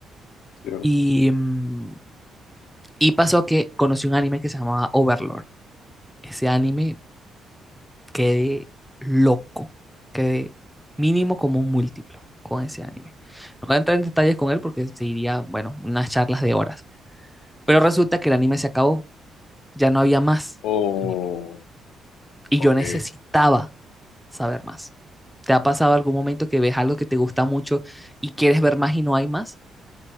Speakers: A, on the left; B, in the centre.
A: cierto.
B: Y, mm, y pasó que conocí un anime que se llamaba Overlord. Ese anime quedé loco, quedé mínimo como un múltiplo con ese anime. No voy a entrar en detalles con él porque seguiría, bueno, unas charlas de horas. Pero resulta que el anime se acabó, ya no había más
A: O
B: anime.
A: <laughs>
B: Y
A: Ok,
B: yo necesitaba saber más. ¿Te ha pasado algún momento que ves algo que te gusta mucho y quieres ver más y no hay más?